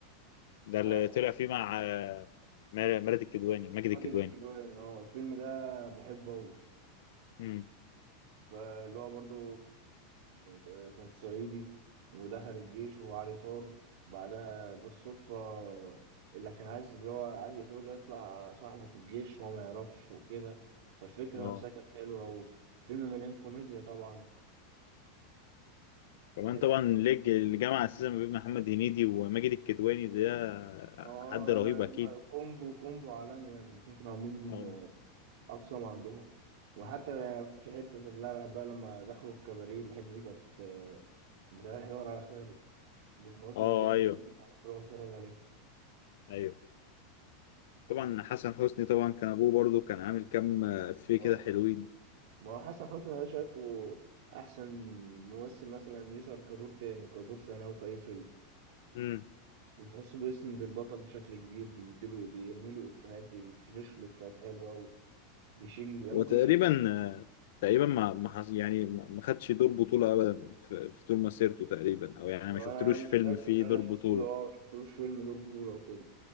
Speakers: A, on the left (about 60°); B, on the right (about 60°).
A: ده اللي
B: يعني
A: طلع
B: فيلم
A: فيه مع آه، مر- مراد الكدواني ماجد الكدواني
B: ماجد الكدواني اه الفيلم ده بحبه اوي
A: امم
B: فاللي هو برضه آه، كان صعيدي ودخل الجيش وهو عليه طار بعدها بالصدفة اللي كان عايز اللي هو عايز يقتله ده يطلع صاحبه في الجيش وهو ما يعرفش وكده فالفكرة
A: اه
B: نفسها كانت حلوة وفيلم مليان كوميديا طبعا
A: كمان
B: وحتة
A: طبعا ليج الجامعه اساسا ما بين محمد هنيدي وماجد الكدواني ده
B: اه
A: حد رهيب اكيد
B: هما كومبو كومبو عالمي يعني الاتنين كانوا عاملين
A: اه
B: أقصى ما عندهم وحتى يعني في حتة اللي أنا بحبها لما دخلوا الكباريه الحتة دي كانت آه، ما كانش يدور على خير بتموتني
A: اه
B: من الضحك
A: ايوه
B: كنت بتفرج عليه
A: ايوه طبعا حسن حسني طبعا كان ابوه برضو كان عامل كام آه، افيه
B: اه
A: كده حلوين
B: ما هو حسن حسني انا شايفه احسن ممثل مثلا يظهر كدور تاني كدور ثانوي في اي فيلم
A: امم
B: بتحسه بيسند البطل بشكل كبير بيديله بيرميله افيهات بيفرش له افيهات حلوه ويشيل يعني
A: وتقريبا
B: ممكن يشيل
A: آه، تقريبا ما ما حص- يعني ما ما خدش دور بطولة ابدا في في طول مسيرته تقريبا او يعني
B: انا
A: ما شفتلوش
B: مش
A: فيلم
B: فاكر
A: فيه
B: ان
A: دور
B: انا شفت
A: بطولة
B: له اه شفت له فيلم دور بطوله وكده